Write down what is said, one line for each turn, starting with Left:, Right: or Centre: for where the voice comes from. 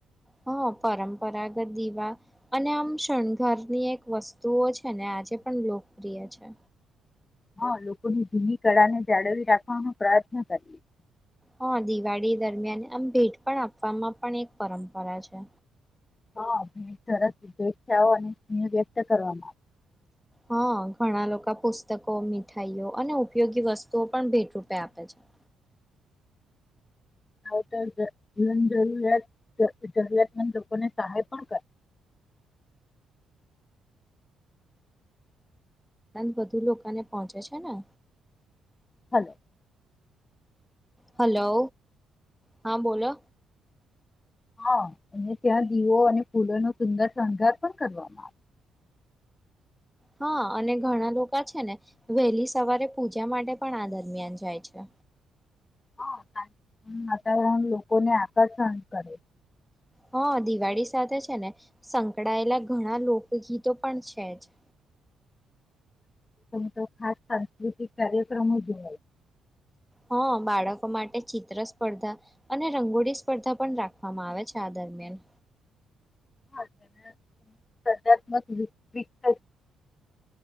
Centre: હા પરંપરાગત દીવા અને આમ શણગાર ની એક વસ્તુઓ છે ને આજે પણ લોકપ્રિય છે
Left: હા લોકોની જૂની કળાને જાળવી રાખવાનો પ્રયત્ન કરીએએ
Centre: હા દિવાળી દરમિયાન આમ ભેટ પણ આપવામાં પણ એક પરંપરા છે
Left: હા સરસ અને વ્યક્ત કરવામાં આવે
Centre: હા ઘણા લોકો પુસ્તકો મીઠાઈઓ અને ઉપયોગી વસ્તુઓ પણ ભેટ રૂપે આપે છે હ
Left: આવ તો જન જરૂરિયાત જરૂરિયાતમંદ લોકોને સહાય પણ કરે
Centre: આણંદ વધુ લોકોને પહોંચે છે ને
Left: હલો
Centre: હલો હા બોલો
Left: હા અને ત્યાં દીવો અને ફૂલો ન સુંદર શણગાર પણ કરવામાં આવે
Centre: હા અને ઘણા લોકો છે ને વહેલી સવારે પૂજા માટે પણ આ દરમિયાન જાય છે
Left: હ વાતાવરણ લોકોને આકર્ષણ કરે
Centre: હા દિવાળી સાથે છે ને સંકળાયેલા ઘણા લોકગીતો પણ છે જ
Left: તો ખાસ સાંસ્કૃતિક કાર્યક્રમો જો
Centre: હા બાળકો માટે ચિત્ર સ્પર્ધા અને રંગોળી સ્પર્ધા પણ રાખવામાં આવે છે આદર દરમિયાન
Left: હાત્મક